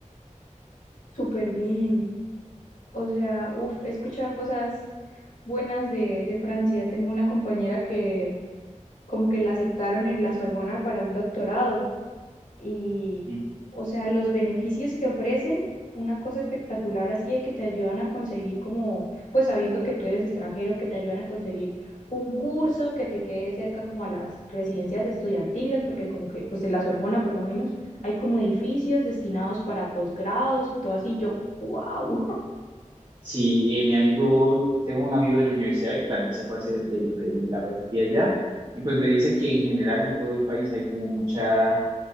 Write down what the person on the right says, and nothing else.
Mm.
Sí, eh, mi amigo, tengo un amigo de la universidad que también se puede hacer el- el- el- la maestría allá, y pues me dice que en general en todo el país hay como mucha